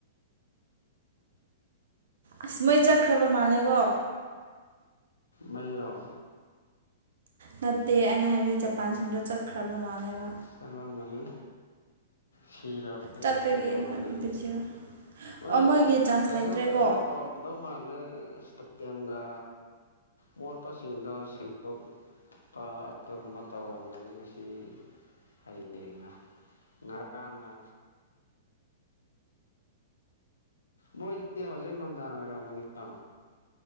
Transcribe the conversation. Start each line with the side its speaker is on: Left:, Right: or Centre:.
Right: ꯑꯁ ꯃꯣꯏ ꯆꯠꯈ꯭ꯔꯕ ꯃꯥꯜꯂꯦꯀꯣ
Left: ꯃꯩꯔꯣꯡ
Right: ꯅꯠꯇꯦ ꯑꯩꯅ ꯍꯥꯏꯕꯗꯤ ꯖꯄꯥꯟꯁꯤꯡꯗꯣ ꯆꯠꯈ꯭ꯔꯕ ꯃꯥꯜꯂꯦꯕ
Left: ꯁꯂꯥꯝꯅꯤ ꯁꯤꯔꯕꯅꯤꯅ
Right: ꯆꯠꯄꯒꯤ
Left: ꯀꯩꯗꯧꯔꯨꯅꯤ
Right: ꯚꯤꯗꯤꯑꯣ
Left: ꯍꯣꯏ
Right: ꯑꯣ ꯃꯣꯏꯒꯤ
Left: ꯆꯠꯇ꯭ꯔꯁꯨ
Right: ꯆꯥꯟꯁ ꯂꯩꯇ꯭ꯔꯦꯀꯣ
Left: ꯀꯩꯅꯣ ꯇꯧꯔꯝꯗꯧ ꯃꯥꯜꯂꯦ ꯏꯁꯇꯦꯗꯤꯝꯒ ꯃꯣꯔ ꯄꯁꯤꯡꯁꯤꯡꯗ ꯁꯤꯗꯣꯛ ꯆꯠꯄ ꯑꯗꯨꯒꯨꯝꯕ ꯇꯧꯔꯝꯒꯅꯤ ꯉꯁꯤ ꯍꯌꯦꯡꯅ ꯉ ꯀꯥꯡꯥꯡꯥ ꯃꯣꯏꯁꯤꯗꯤ ꯍꯧꯖꯤꯛ ꯅꯨꯡꯗꯥꯡ ꯑꯣꯏꯔꯝꯒꯅꯤꯀꯣ